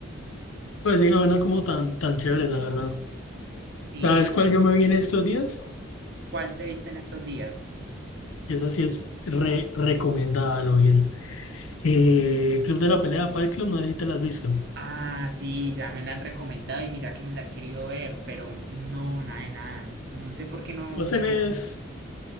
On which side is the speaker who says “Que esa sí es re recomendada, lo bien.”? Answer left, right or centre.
Left